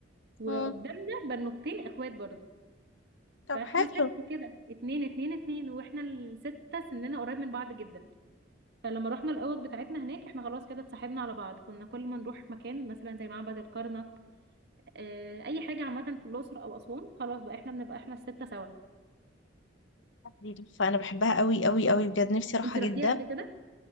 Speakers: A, on the right (about 60°); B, on the left (about 75°).
A: وقدامنا
B: مم.
A: بنوتين اخوات برضو
B: طب
A: فاحنا
B: حلو
A: ستة كده اتنين اتنين اتنين واحنا الستة سننا قريب من بعض جدا فلما رحنا الأوض بتاعتنا هناك احنا خلاص كده اتصاحبنا على بعض كنا كل ما نروح مكان مثلا زي معبد الكرنك اه أي حاجة عامة في الأقصر أو أسوان خلاص بقى احنا بنبقى احنا الستة سوا
B: دي تحفة أنا بحبها قوي قوي قوي بجد نفسي أروحها
A: انت رحتيها
B: جدا
A: قبل كده؟